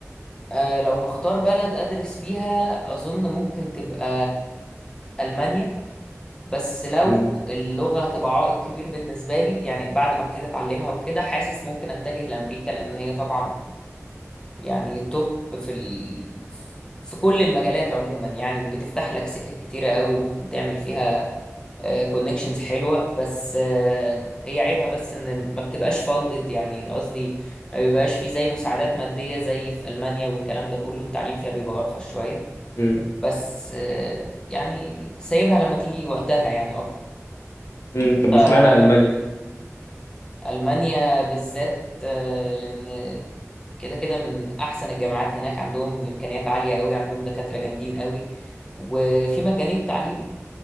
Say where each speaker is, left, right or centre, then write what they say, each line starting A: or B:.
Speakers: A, on the left (about 15°); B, on the left (about 65°).
A: آه، لو هختار بلد ادرس فيها اظن ممكن تبقى المانيا بس لو
B: امم
A: اللغة هتبقى عائق كبير بالنسبة لي يعني بعد ما ابتديت أتعلمها وكده حاسس ممكن أتجه لأمريكا لأن هي طبعا يعني توب في ال... في كل المجالات عموما يعني وبتفتح لك سكك كتيرة قوي وممكن تعمل فيها كونكشنز حلوة بس آه، هي عيبها بس إن ما بتبقاش فاندد يعني قصدي ما بيبقاش في زي مساعدات مادية زي في ألمانيا والكلام ده كله التعليم فيها بيبقى أرخص شوية
B: امم
A: بس آه، يعني سايبها لما تيجي وقتها يعني
B: أمم.
A: أكتر
B: طب واشمعنى المانيا
A: ألمانيا بالذات آه، لأن كده كده من أحسن الجامعات هناك عندهم إمكانيات عالية قوي عندهم دكاترة جامدين قوي وفي مجاني التعليم